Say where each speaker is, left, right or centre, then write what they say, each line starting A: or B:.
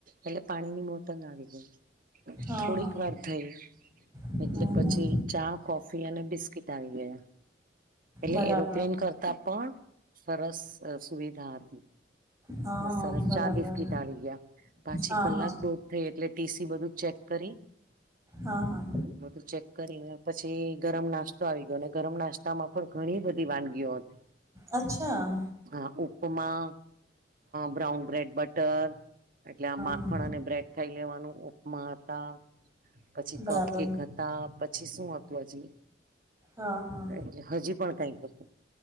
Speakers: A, on the right (about 50°); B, on the right (about 15°).
A: એટલે પાણીની બો આવી ગયું
B: હા
A: થોડીક
B: હા
A: વાર થઈ
B: હમ
A: એટલે પછી
B: હમ
A: ચા કોફી અને બિસ્કીિટ આવી ગયા એટલે
B: બરાબર
A: એરોપ્લેન કરતા પણ સરસ સુવિધા હતી
B: હા
A: સરસ
B: બરાબર
A: ચા બિસ્કીટ આવી ગયા પાછી
B: હા
A: કલાક
B: હા
A: દો થઈ એટલે ટીસી બધું ચેક કરી
B: હા હા
A: બધું ચેક કરીને પછી ગરમ નાસ્તો આવી ગયો ગરમ નાસ્તામાં પણ ઘણી બધી વાનગીઓ હતી.
B: અચ્છા!
A: હા ઉપમા બ્રાઉન બ્રેડ બટર એટલે આ માખણ
B: હા
A: અને બ્રેડ ખાઈ લેવાનું ઉપમા હતા. પછી
B: બરાબર
A: કફ કેક હતા પછી શું હતું હજી
B: હા હા
A: એટલે હજી પણ કઈક હતું